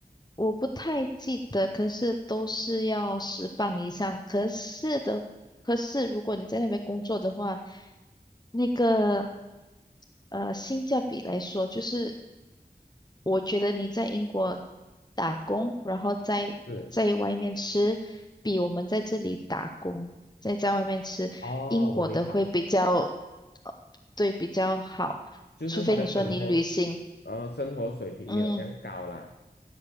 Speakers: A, on the left (about 25°); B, on the left (about 85°).
A: 我不太记得，可是都是要十磅以上。可是的，可是如果你在那边工作的话，那个呃性价比来说，就是我觉得你在英国打工，然后在在外面吃，
B: 是
A: 比我们在这里打工再在外面吃，
B: 哦，
A: 英国的会比较，
B: 我明白，
A: 呃对，比较好，
B: 就是他的生活，
A: 除非你说你旅行。
B: 呃，生活水平没有这样高啦。
A: 嗯，